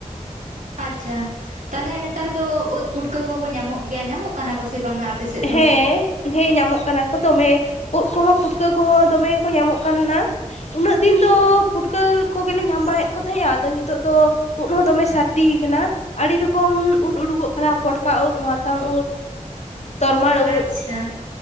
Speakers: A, on the right; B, on the left.
A: ᱟᱪᱪᱷᱟ᱾ ᱛᱟᱦᱚᱞᱮ ᱱᱮᱛᱟᱨ ᱫᱚ ᱳᱫ ᱯᱩᱴᱠᱟᱹ ᱠᱚᱠᱚ ᱧᱟᱢᱚᱜ ᱜᱮᱭᱟ, ᱧᱟᱢᱚᱜ ᱠᱟᱱᱟ ᱠᱚ ᱥᱮ ᱵᱟᱝᱟ ᱟᱯᱮ ᱥᱮᱫ ᱫᱚ?
B: ᱦᱮᱸ ᱦᱮᱸ, ᱧᱟᱢᱚᱜ ᱠᱟᱱᱟ ᱠᱚ ᱫᱚᱢᱮ ᱩᱫ ᱠᱚᱦᱚᱸ ᱯᱩᱴᱠᱟᱹ ᱠᱚᱦᱚᱸ ᱫᱚᱢᱮ ᱜᱮᱠᱚ ᱧᱟᱢᱚᱜ ᱠᱟᱱᱟ ᱾ ᱩᱱᱟᱹᱜ ᱫᱤᱱ ᱫᱚ ᱯᱩᱴᱠᱟᱹ ᱠᱚᱜᱮᱞᱮ ᱧᱟᱢ ᱵᱟᱲᱟᱭᱮᱫ ᱠᱚ ᱛᱟᱦᱮᱸᱜᱼᱟ ᱟᱫᱚ ᱱᱤᱛᱚᱜ ᱫᱚ ᱩᱫ ᱦᱚᱸ ᱫᱚᱢᱮ ᱥᱟᱨ ᱫᱤ ᱠᱟᱱᱟ ᱟᱹᱰᱤ ᱨᱚᱠᱚᱢ ᱩᱫ ᱩᱰᱩᱠᱚᱜ ᱠᱟᱱᱟ ᱯᱚᱴᱠᱟ ᱩᱫ ᱢᱟᱛᱟᱝ ᱩᱫ ᱛᱚᱨᱢᱟᱞ ᱩᱫ
A: ᱟᱪᱪᱷᱟ